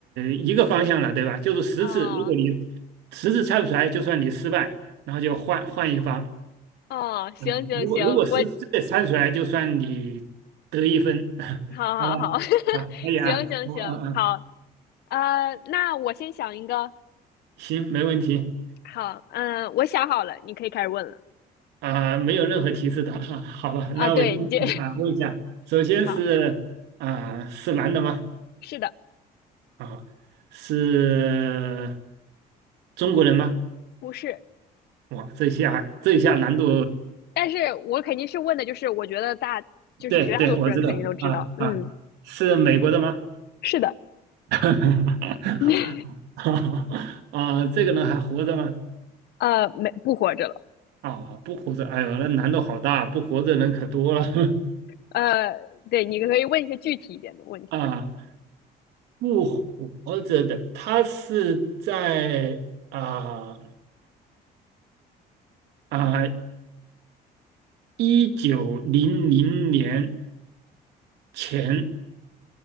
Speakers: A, on the right (about 85°); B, on the left (about 70°).
A: 一个方向了，对吧？就是十次，
B: 哦
A: 如果你十次猜不出来，就算你失败，然后就换换一方。
B: 哦，行行行，
A: 嗯，如果如果实质之内猜出来，
B: 我
A: 就算你得一分。<laughs>
B: 好好好，
A: 好
B: <laughs>
A: 吧，啊，可以啊，
B: 行行行，
A: 我嗯嗯，
B: 好，呃，那我先想一个，
A: 行，没问题
B: 好，嗯，我想好了，你可以开始问了
A: 啊，没有任何提示的，<laughs> 好吧，
B: 啊，
A: 那我就啊问一下，
B: 对，你这
A: 首先是啊是男的吗？
B: <laughs> 好，是的，
A: 啊，是中国人吗？
B: 不是，
A: 哇，这下这下难度，
B: 但是我肯定是问的，就是我觉得大，就是绝大多数人肯定都知道，
A: 对对，我知道啊啊，
B: 嗯，
A: 是美国的吗？
B: 是的，
A: <laughs> 哈哈，
B: <laughs>
A: 好，<laughs> 啊，这个人还活着吗？
B: 呃，没，不活着了，
A: 啊，不活着，哎呦，那难度好大，不活着人可多了
B: 呃，对，你可以问一些具体一点的问题。
A: <laughs> 啊，不活着的，他是在啊啊一九零零年前